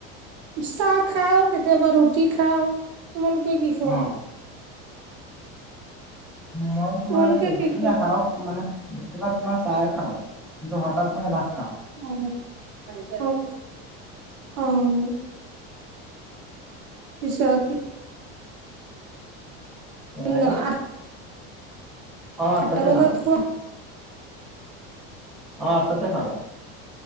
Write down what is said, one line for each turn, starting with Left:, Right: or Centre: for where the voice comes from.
Right: চাহ খাওঁ, কেতিয়াবা ৰুটি খাওঁ। তোমালোকে কি খোৱা?
Centre: অ' মই তোমাৰ
Right: তোমালোকে
Centre: এই,
Right: কি
Centre: ৰুটি
Right: খোৱা
Centre: নাখাওঁ। কি মানে, বেছিভাগ তোমাৰ চাহে খাওঁ। কিন্তু, হঠাৎ মানে ভাত খাওঁ।
Right: <unintelligible> অ'! অ'! পিছত
Centre: <unintelligible>
Right: উম আঠ
Centre: অ আঠটাতে
Right: আঠটা বজাত
Centre: খাওঁ
Right: খোৱা?
Centre: অ'! আঠটাতে খাওঁ।